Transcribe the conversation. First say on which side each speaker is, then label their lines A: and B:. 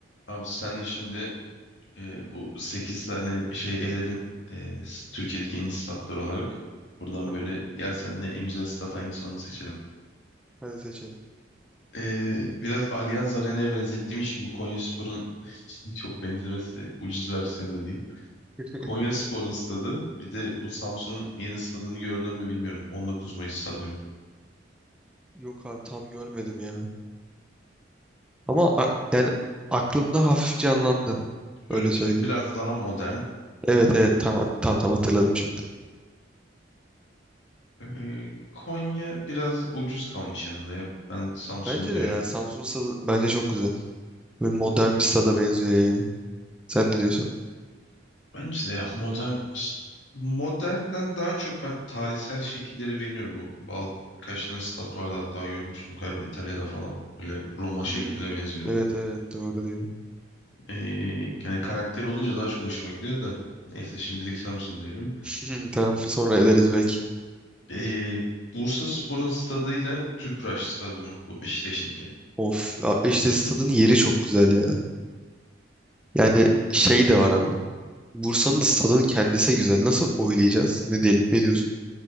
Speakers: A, on the left; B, in the centre.
A: Abi senle şimdi e, bu 8 tane şey eledim. E, s- Türkiye'deki en iyi statlar olarak. Buradan
B: Tamam.
A: böyle gel senle en güzel stat hangisi onu seçelim.
B: Hadi seçelim.
A: E, biraz Allianz Arena'ya benzettiğim için bu Konyaspor'un <laughs> çok benzemesi de ucuz versiyonu değil.
B: <laughs>
A: Konyaspor'un stadı bir de bu Samsun'un yeni stadını gördün mü bilmiyorum. on dokuz Mayıs stadyumu.
B: Yok abi tam görmedim ya. Ama a- yani aklımda hafif canlandı.
A: Böyle
B: Öyle söyleyeyim.
A: bir- biraz daha modern.
B: Evet evet tam tam tam hatırladım şimdi.
A: E, Konya biraz ucuz kalmış yanında ya. Ben Samsun
B: Bence
A: diyorum.
B: de ya Samsun stadı bence çok güzel. Böyle modern bir stada benziyor yani. Sen ne diyorsun?
A: Bence de ya modern modernden daha çok ben tarihsel şekilleri beğeniyorum. Bu bal birkaç tane stat vardı hatta görmüştüm galiba İtalya'da falan. Böyle Roma şekline
B: Hmm.
A: benziyordu.
B: Evet evet doğru diyor.
A: Ee, yani karakter olunca daha çok hoşuma gidiyor da. Neyse şimdilik Samsun diyelim.
B: <laughs> Tamam sonra ederiz belki.
A: Ee, Bursaspor'un stadıyla Tüpraş stadyumu bu Beşiktaş'ınki.
B: Of abi işte stadın yeri çok güzel ya. Yani şey de var ama. Bursa'nın da stadın kendisi güzel. Nasıl oylayacağız? Ne diyelim? Ne diyorsun?